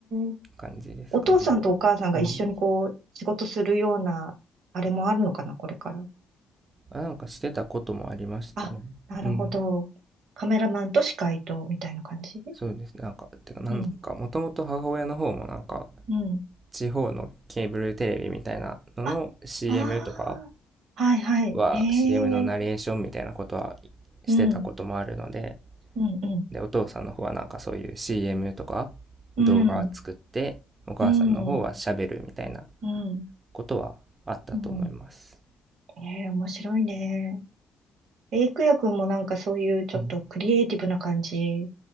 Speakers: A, on the right (about 75°); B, on the right (about 35°).
A: ー、
B: 感じですかね。
A: お父さんとお母さんが一緒にこう、
B: うん。
A: 仕事するような、あれもあるのかなこれから。
B: あ、なんかしてたこともありましたね。
A: あ、なるほど。
B: うん。
A: カメラマンと司会と、みたいな感じ
B: そうですね。なんか、てか、なんか、
A: うん、
B: もともと母親の方もなんか、
A: うん。
B: 地方のケーブルテレビみたいなのの
A: あ、
B: CM
A: ああ、
B: とか
A: はいはい。
B: は、
A: へ
B: CM のナレーションみたいなことは
A: え、
B: してたこともあるので、
A: うん、うん、うん、
B: で、お父さんの方はなんかそういう CM とか
A: うん、
B: 動画作って、お母さんの方は喋るみたいな
A: うん、うん、
B: ことはあったと思います。
A: うん。ええ、面白いね。え、郁也くんもなんかそういうちょっとクリエイティブな感じ
B: うん